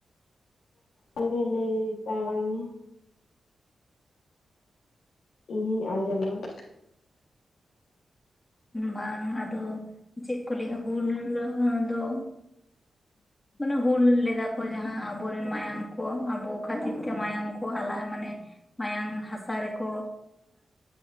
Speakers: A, on the left; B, on the left.
A: ᱟᱢ ᱜᱮ ᱞᱟᱹᱭ ᱛᱟᱞᱟᱝ ᱢᱮ ᱾ ᱤᱧ ᱦᱚᱧ ᱟᱸᱡᱚᱢᱟ ᱾
B: ᱵᱟᱝ ᱟᱫᱚ ᱪᱮᱫ ᱠᱚ ᱞᱟᱹᱭᱟ ᱦᱩᱞ ᱫᱚ ᱢᱟᱱᱮ ᱦᱩᱞ ᱞᱮᱜᱟ ᱡᱟᱦᱟᱸ ᱟᱵᱚᱨᱮᱱ ᱢᱟᱭᱟᱢ ᱠᱚ ᱟᱵᱚ ᱠᱷᱟᱹᱛᱤᱨ ᱛᱮ ᱢᱟᱭᱟᱢ ᱠᱚ ᱟᱞᱟᱭ ᱢᱟᱱᱮ ᱢᱟᱭᱟᱝ ᱦᱟᱥᱟ ᱨᱮᱠᱚ